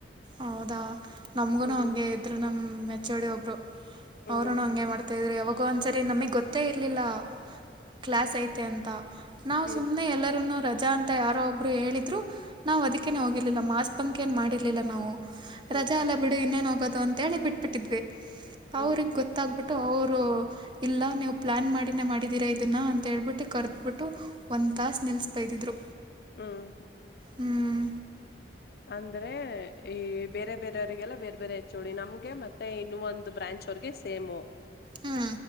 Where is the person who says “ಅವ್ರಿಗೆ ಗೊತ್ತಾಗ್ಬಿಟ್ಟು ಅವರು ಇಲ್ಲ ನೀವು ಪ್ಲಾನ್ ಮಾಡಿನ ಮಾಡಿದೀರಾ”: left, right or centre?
Right